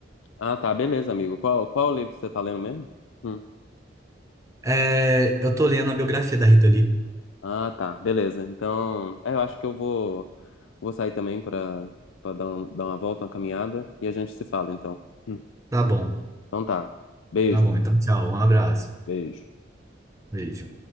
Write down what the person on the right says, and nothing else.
É, eu tô lendo a biografia da Rita Lee.
Tá bom,
tá bom. Então, tchau. Um abraço.
Beijo.